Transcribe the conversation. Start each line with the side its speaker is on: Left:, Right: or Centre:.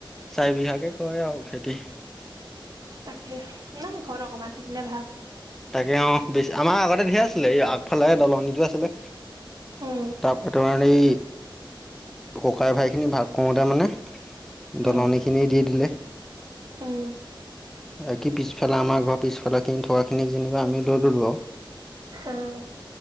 Centre: চাৰিবিঘাকে কৰে আৰু খেতি।
Right: তাকে নাই ঘৰত অকমান থাকিলে ভাল।
Centre: তাকে অ' বেছি আমাৰ আগতে ধে আছিলে এই আগফালে দলনিতটো আছিলে
Right: উম
Centre: তাৰপে তোমাৰ এই ককাই ভাইখিনি ভাগ কৰোতে মানে
Right: উম
Centre: দলনিখিনি দি দিলে।
Right: উম
Centre: বাকী পিছফালে আমাৰ ঘৰৰ পিছফালে কিনি থকাখিনিক যেনিবা আমি লৈ ল'লো আৰু।
Right: আহ।